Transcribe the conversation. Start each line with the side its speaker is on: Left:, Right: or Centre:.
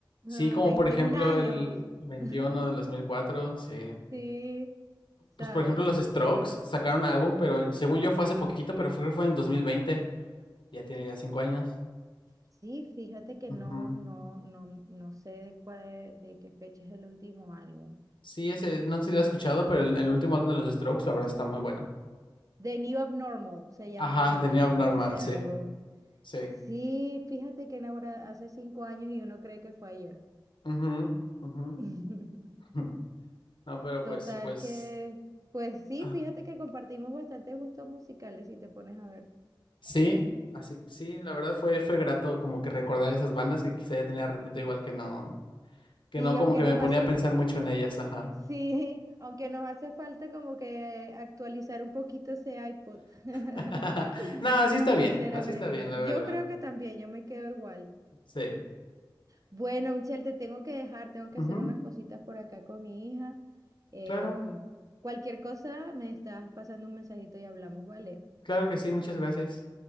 Left: sí,
Right: Ah,
Left: como
Right: 21
Left: por ejemplo
Right: años.
Left: el 21
Right: <laughs>
Left: del 2004 sí.
Right: Sí,
Left: Pues
Right: ¿sabes?
Left: por ejemplo los Strokes sacaron un álbum, pero según yo fue hace poquito, pero fue, fue en el 2020 ya tiene ya cinco años.
Right: Sí, fíjate que
Left: Ujú.
Right: no, no, no, no sé de cuál, de qué fecha es el último álbum.
Left: Sí, ese, no sé si lo has escuchado, pero el, el último álbum de los Strokes, la verdad, está muy bueno.
Right: The New Abnormal se llama
Left: Ajá,
Right: ese,
Left: The New Abnormal,
Right: ese
Left: sí,
Right: álbum.
Left: sí.
Right: Sí, fíjate que ahora hace cinco años y uno cree que fue ayer.
Left: Ujú, ujú.
Right: <laughs>
Left: <laughs> No, pero pues,
Right: Total
Left: pues,
Right: que, pues sí,
Left: ah,
Right: fíjate que compartimos bastantes gustos musicales si te pones a ver.
Left: sí, así, sí, la verdad fue, fue grato como que recordar esas bandas que quizá ya tenía ratito igual que no, que
Right: Sí,
Left: no como
Right: aunque
Left: que me
Right: nos
Left: ponía
Right: hace,
Left: a pensar mucho en ellas, ajá.
Right: sí, <laughs> aunque nos hace falta como que eh, actualizar un poquito ese iPod. <laughs>
Left: <laughs> No, así está
Right: Sinceramente,
Left: bien, así está bien, la verdad,
Right: yo creo que también, yo me quedo igual.
Left: sí.
Right: Bueno, Michelle, te tengo que dejar, tengo que
Left: Ujú,
Right: hacer unas cositas por acá con mi hija. Em,
Left: claro,
Right: cualquier cosa, me estás pasando un mensajito y hablamos, ¿vale?
Left: claro que sí, muchas gracias.